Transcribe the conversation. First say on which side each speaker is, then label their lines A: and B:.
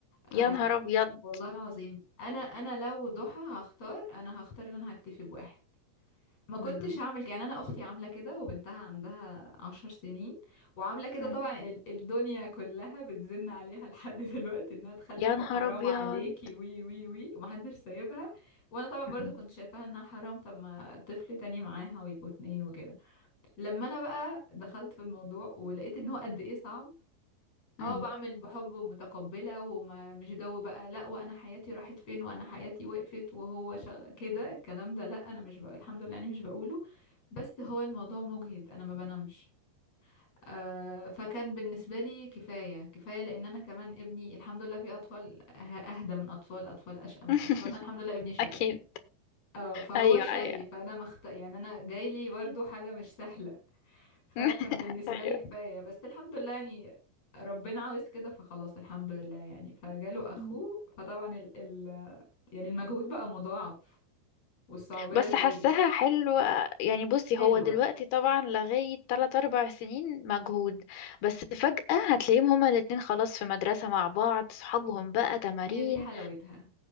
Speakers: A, on the left; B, on the left.
A: آه
B: يا نهار ابيض
A: والله العظيم انا انا لو ضحى هختار انا هختار ان انا هكتفي بواحد ما
B: مم.
A: كنتش هعمل كده يعني انا اختي عامله كده وبنتها عندها عشر سنين وعامله كده
B: مم.
A: طبعا ال- الدنيا كلها بتزن عليها لحد <laughs> دلوقتي انها تخلف
B: يا نهار
A: وحرام
B: ابيض
A: عليكي وي وي وي ومحدش سايبها وانا طبعا
B: مم.
A: برضو كنت شايفاها انها حرام طب ما طفل تاني معاها ويبقوا اتنين وكده لما انا بقى دخلت في الموضوع ولقيت ان هو قد ايه صعب اه
B: مم.
A: بعمل بحب ومتقبلة وما مش جو بقى لا وانا حياتي راحت فين وانا حياتي وقفت وهو شغ... كده الكلام ده لا انا مش بقى الحمد لله يعني مش بقوله بس هو الموضوع مجهد انا ما بنامش آه فكان بالنسبة لي كفاية كفاية لان انا كمان ابني الحمد لله في اطفال أه- اهدى من اطفال اطفال اشقى من
B: <laughs>
A: اطفال أنا الحمد لله ابني شقي
B: اكيد
A: اه فهو
B: ايوه
A: شقي
B: ايوه
A: فانا مخت... يعني انا جايلي برضو حاجة مش سهلة فانا
B: <laughs>
A: كان بالنسبه
B: ايوه
A: لي كفايه بس الحمد لله يعني ربنا عاوز كده فخلاص الحمد لله يعني فجاله اخوه
B: مم.
A: فطبعا ال ال يعني المجهود بقى مضاعف والصعوبيه
B: بس
A: زادت
B: حاساها حلوة يعني بصي
A: حلوة
B: هو دلوقتي طبعا لغاية 3 أربع سنين مجهود بس فجأة هتلاقيهم هما الاتنين خلاص في مدرسة مع بعض صحابهم
A: مم.
B: بقى تمارين
A: هي دي حلاوتها